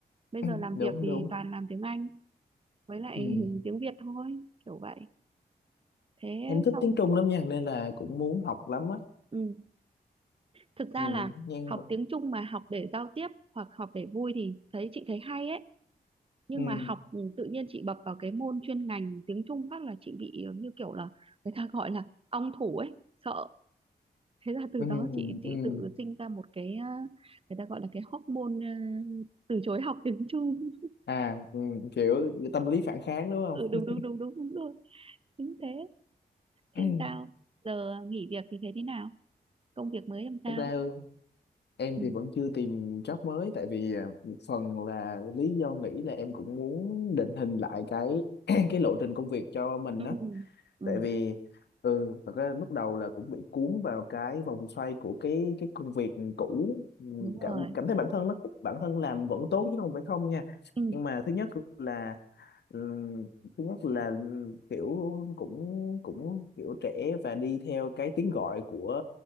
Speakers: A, on the right; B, on the left.
A: bây
B: <clears throat>
A: giờ làm
B: đúng
A: việc thì
B: đúng
A: toàn làm tiếng Anh với lại
B: ừ.
A: <laughs> tiếng Việt thôi kiểu vậy thế
B: em thích
A: sau
B: tiếng Trung lắm nha nên là cũng muốn học lắm á
A: ừ. thực ra
B: ừ.
A: là
B: nhưng
A: học
B: mà
A: tiếng Trung mà học để giao tiếp hoặc học để vui thì thấy chị thấy hay ấy nhưng
B: ừ.
A: mà học ừ, tự nhiên chị bập vào cái môn chuyên ngành tiếng Trung phát là chị bị ờ, như kiểu là người ta gọi là ong thủ ấy sợ thế là từ
B: Ừ.
A: đó chị chị
B: Ừ.
A: tự sinh ra một cái ờ, người ta gọi là cái hormone ờ, từ chối học tiếng Trung
B: à ừ. kiểu tâm lý phản kháng
A: <laughs>
B: đúng không
A: ừ, đúng đúng đúng đúng đúng rồi chính thế
B: <clears throat>
A: thế sao giờ nghỉ việc thì thế thế nào công việc mới làm sao
B: thực ra em
A: ừ
B: thì vẫn chưa tìm job mới tại vì à, một phần là lý do nghĩ là em cũng muốn định hình lại cái <clears throat> cái lộ trình công việc cho mình
A: ừ
B: á
A: ừ
B: tại vì ừ thật ra lúc đầu là cũng bị cuốn vào cái vòng xoay của cái cái công việc cũ Ừ,
A: đúng
B: cảm
A: rồi
B: cảm thấy bản thân nó bản thân làm vẫn tốt chứ không phải không nha
A: ừ
B: nhưng mà thứ nhất là Ừ, thứ nhất là ừ, kiểu cũng cũng kiểu trẻ và đi theo cái tiếng gọi của